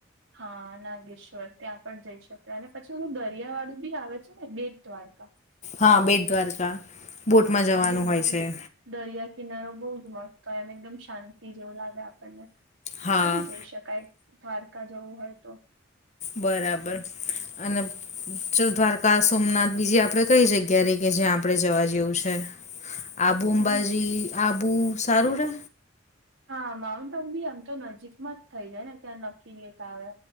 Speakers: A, on the right; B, on the left.
A: હા, નાગેશ્વર, ત્યાં પણ જઈ શકાય, અને પછી ઓલું દરિયા વાળું બી આવે છે ને બેટદ્વારકા.
B: હા, બેટ દ્વારકા, બોટમાં
A: ત્યાં
B: જવાનું
A: બી એકદમ
B: હોય છે.
A: દરિયા કિનારો બહુ જ મસ્ત હોય એમ, એકદમ શાંતિ જેવું લાગે આપણને. ત્યાં
B: હા
A: બી જઈ શકાય, દ્વારકા જવું હોય તો.
B: બરાબર અને ચ દ્વારકા સોમનાથ, બીજી આપડે કઈ જગ્યા રહી કે જ્યાં આપણે જવા જેવું છે? આબુ અંબાજી,
A: એમ
B: આબુ સારું રહે?
A: હા માઉન્ટ આબુ ભી આમ તો નજીકમાં જ થઇ જાય ને, ત્યાં <unintelligible> આવે.